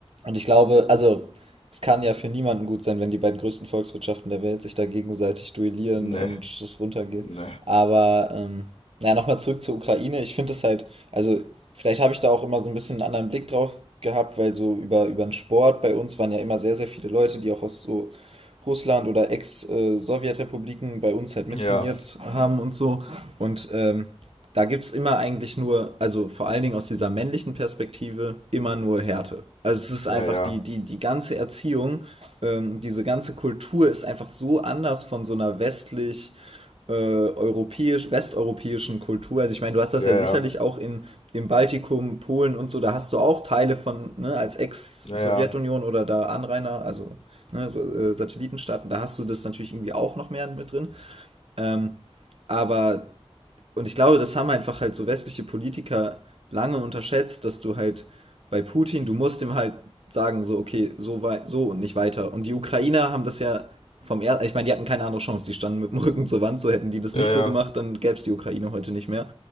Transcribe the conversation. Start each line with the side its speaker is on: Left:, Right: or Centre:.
Right: Und ich glaube, also es kann ja für niemanden gut sein, wenn die beiden größten Volkswirtschaften der Welt sich da gegenseitig duellieren und
Left: Ne,
Right: das runtergehen.
Left: ne.
Right: Aber ähm, ja, nochmal zurück zur Ukraine. Ich finde es halt, also vielleicht habe ich da auch immer so ein bisschen einen anderen Blick drauf gehabt, weil so über, über den Sport bei uns waren ja immer sehr, sehr viele Leute, die auch aus so Russland oder Ex-Sowjetrepubliken bei uns halt mittrainiert
Left: Ja,
Right: haben und so. Und ähm, da gibt es immer eigentlich nur, also vor allen Dingen aus dieser männlichen Perspektive, immer nur Härte. Also es ist
Left: ja,
Right: einfach
Left: ja,
Right: die, die, die ganze Erziehung, ähm, diese ganze Kultur ist einfach so anders von so einer westlich, äh, europäisch, westeuropäischen Kultur. Also ich meine, du hast das
Left: ja,
Right: ja
Left: ja,
Right: sicherlich auch in, im Baltikum, Polen und so, da hast du auch Teile von, ne, als Ex-Sowjetunion
Left: ja, ja,
Right: oder da Anrainer, also ne, so, äh, Satellitenstaaten, da hast du das natürlich irgendwie auch noch mehr mit drin. Ähm, aber und ich glaube, das haben einfach halt so westliche Politiker lange unterschätzt, dass du halt bei Putin, du musst ihm halt sagen, so, okay, so, wei- so und nicht weiter. Und die Ukrainer haben das ja vom ersten, ich meine, die hatten keine andere Chance, die standen mit dem Rücken zur Wand, so hätten die das
Left: ja,
Right: nicht
Left: ja.
Right: so gemacht, dann gäbe es die Ukraine heute nicht mehr